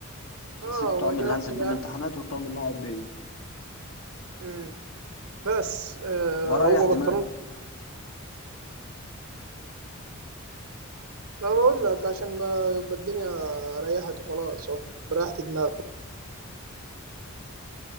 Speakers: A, on the right; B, on the left.
A: اه
B: هسيب الطقم
A: هو جناح
B: اللي هنزل
A: في الأهلي
B: بيه الامتحانات والطقم اللي هقعد بيه
A: امم بس آه
B: واريح
A: هو
B: دماغي
A: بنطلون انا بقول لك عشان ما يبقى الدنيا ريحت وخلاص بريحت دماغك